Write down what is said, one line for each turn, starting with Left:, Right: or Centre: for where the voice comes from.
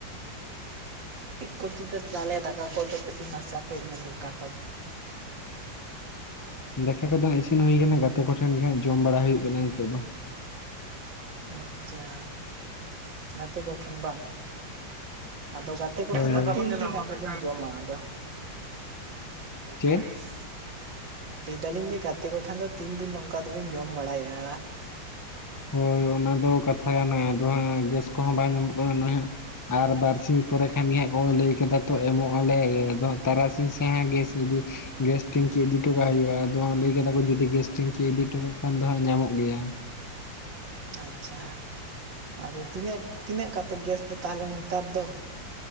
Right: <unintelligible> <inaudible>
Left: ᱫᱟᱠᱟ ᱠᱚᱫᱚ ᱤᱥᱤᱱ ᱦᱩᱭ ᱟᱠᱟᱱᱟ᱾ ᱜᱟᱛᱮ ᱠᱚᱴᱷᱮᱱ ᱜᱮ ᱦᱟᱸᱜ ᱡᱚᱢ ᱵᱟᱲᱟ ᱦᱩᱭᱩᱜ ᱠᱟᱱᱟ ᱱᱤᱛᱚᱜ ᱫᱚ᱾
Right: ᱟᱪᱪᱷᱟ ᱜᱟᱛᱮ ᱠᱚᱴᱷᱮᱱ ᱵᱟᱝ? ᱟᱫᱚ ᱜᱟᱛᱮ ᱠᱚᱴᱷᱮᱱ
Left: ᱦᱳᱭ
Right: ᱫᱚ
Left: ᱦᱳᱭ
Right: <unintelligible> ᱵᱟ ᱡᱚᱢᱟ ᱟᱫᱚ ᱚᱵᱟᱨᱤᱥ,
Left: ᱪᱮᱫ
Right: ᱞᱟᱹᱭ ᱫᱟᱞᱤᱧ ᱡᱮ ᱜᱟᱛᱮ ᱠᱚᱴᱷᱮᱱ ᱫᱚ ᱛᱤᱱ ᱫᱤᱱ ᱱᱚᱝᱠᱟ ᱫᱚᱵᱤᱱ ᱡᱚᱢ ᱵᱟᱲᱟᱭᱟ?
Left: ᱦᱳᱭ ᱚᱱᱟ ᱫᱚ ᱠᱟᱛᱷᱟ ᱠᱟᱱᱟ ᱟᱫᱚ ᱦᱟᱸᱜ ᱜᱮᱥ ᱠᱚᱦᱚᱸ ᱵᱟᱭ ᱧᱟᱢᱚᱜ ᱠᱟᱱᱟ ᱦᱟᱸᱜ ᱟᱨ ᱵᱟᱨᱥᱤ ᱯᱚᱨᱮ ᱠᱷᱟᱱ ᱜᱮ ᱦᱟᱸᱜ ᱠᱚᱭ ᱞᱟᱹᱭ ᱠᱮᱫᱟ ᱛᱚ ᱮᱢᱚᱜ ᱟᱞᱮ᱾ ᱟᱫᱚ ᱛᱟᱨᱟᱥᱤᱧ ᱥᱮ ᱦᱟᱸᱜ ᱜᱮᱥ ᱤᱫᱤ ᱜᱮᱥ ᱴᱤᱱᱠᱤ ᱤᱫᱤ ᱦᱚᱴᱚ ᱠᱟᱜ ᱦᱩᱭᱩᱜᱼᱟ᱾ ᱟᱫᱚ ᱞᱟᱹᱭ ᱠᱮᱫᱟ ᱠᱚ ᱡᱩᱫᱤ ᱜᱮᱥ ᱴᱤᱱᱠᱤ ᱤᱫᱤ ᱦᱚᱴᱚ ᱠᱟᱜ ᱠᱷᱟᱱ ᱫᱚ ᱦᱟᱸᱜ ᱧᱟᱢᱚᱜ ᱜᱮᱭᱟ᱾
Right: ᱟᱪᱪᱷᱟ ᱟᱫᱚ ᱛᱤᱱᱟᱹᱜ ᱛᱤᱱᱟᱹᱜ ᱠᱟᱛ ᱛᱮ ᱜᱮᱥ ᱫᱚ ᱛᱟᱦᱞᱮ ᱱᱮᱛᱟᱨ ᱫᱚ